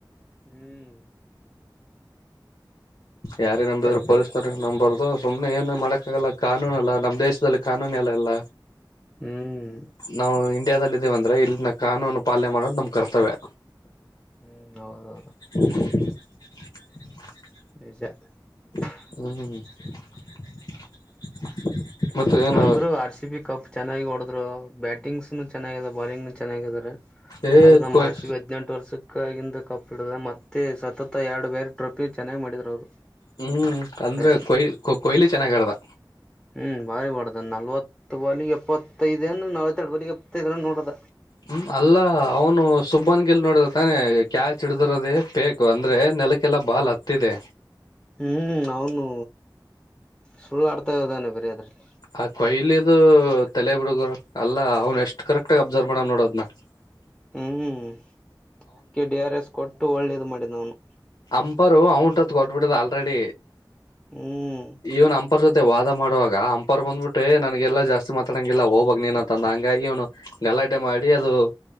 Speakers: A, in the centre; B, on the left.
A: ಹ್ಮ್
B: ಯಾರೇ
A: ಮಾಡ್ತಾರ
B: ನಂಬದ್ರು
A: ಕರೆ
B: ಪೊಲೀಸ್ ನೋರಿಗ್ ನಂಬರ್ದು ಅದು ಸುಮ್ನೆ ಏನು ಮಾಡಕ್ಕಾಗಲ್ಲ ಕಾನೂನ ಅಲ್ಲ ನಮ್ಮ್ ದೇಶದಲ್ಲಿ ಕಾನೂನು ಎಲ್ಲ ಎಲ್ಲ
A: ಹ್ಮ್
B: ನಾವು ಇಂಡಿಯಾದಲ್ಲಿ ಂದ್ರೆ ಇಲ್ಲಿನ ಕಾನೂನು ಪಾಲನೆ ಮಾಡೋ ನಮ್ ಕರ್ತವ್ಯ
A: ಹ್ಮ್ ಹೌದೌದು
B: <inaudible>
A: ಈಜ <unintelligible>
B: ಹ್ಮ್ <unintelligible> ಏನು
A: ಅಂದ್ರು ಆರ್ ಸಿ ಬಿ ಕಪ್ ಚೆನ್ನಾಗಿ ಹೊಡದ್ರು ಬ್ಯಾಟಿಂಗ್ನು ಚೆನ್ನ ಬಾಲಿಂಗ್ ಚೆನ್ನಾಗಾರೆ
B: ಏ
A: ಆದದು ನಮ್ಮ
B: ಕೊಯ್
A: ಆರ್ ಸಿ ಬಿ ಹದ್ಿನೆಂಟು ವರ್ಷಕ್ಕಾಗಿಿಂದ ಕಪ್ ಇಡ ಮತ್ತೆ ಸತತ್ ಎರಡು ಬೇರೆ ಟ್ರೋಫಿ ಚೆನ್ನಾಗಿ ಮಾಡಿದ್ರು ಅವರು
B: ಹ್ಮ್ ಅಂದ್ರ
A: ಪ್ರಯತ್ನ
B: ಕೊಯ್ಲಿ ಕೊಯ್ಲಿ ಚೆನ್ನಾಗಆಡಿದ
A: ಹ್ಮ್ ಭಾರಿ ಪಡ್ದ ನಲ್ವತ್ತು ಬಳಗೆ ಎಪ್ಪತ್ತು <unintelligible> ತೈದ ಎನ್ ನವತ್ತಿಗೆ ಇದ್ರ ನೋಡದ
B: ಹ್ಮ್ ಅಲ್ಲ ಅವನು ಸುಬ್ಬನ್ಿಗೆ <unintelligible> ನೋಡ್ರ ತಾನೆ ಕ್ಯಾಚ್ ಹಡಿದಿರದೇ ಬೇಕು ಅಂದ್ರೆ ನೆಲಕ್ಕೆಲ್ಲಾ ಬಾಲ್ ಹತ್ತಿದೆ
A: ಹ್ಮ್ ಅವನು ಸುಳ್ಳಾಡ್ತಾ ಇದದಾನೆ ಬರಿ ಅಾದ್ರಲ್ಲಿ
B: ಆ ಕೊಯ್ಲದು ತಲೆ ಬಿುಡುಗರು ಅಲ್ಲ ಅವ್ನ್ ಎಷ್ಟ್ ಕರೆಕ್ಟ್ ಆಗ ಅಬ್ಸರ್ವ್ ಮಾಡ ನೋಡೋದ್ನ <unintelligible>
A: ಹ್ಮ್ ಅಕ್ಕಿ ಡಿ ಆರ್ ಎಸ್ ಕೊಟ್ಟು ಒಳ್ಳೆದು ಮಾಡಿದ ಅವನು
B: ಅಂಪಾರು ಅವಟ <unintelligible> ಕೊಟ್ಟುಬಿಟ್ಟಿದೆ ಆಲ್ರೆಡಿ
A: ಹ್ಮ್
B: ಇವನ್ ನ <unintelligible> ಹಂಪರ್ ಜೊತೆ ವಾದ ಮಾಡುವಾಗ ಅಂಪರ್ ಬಂದ್ಬಿಟ್ಟೆ ನನಗೆಲ್ಲಾ ಜಾಸ್ತಿ ಮಾತಾಡಂಗಿಲ್ಲ ಹೋಗ್ಾಗ ನೀನ ಅಂತಂದ ಹಂಗಾಗಿ ಅವ್ನು ಗಲಾಟೆ ಮಾಡಿ ಅದು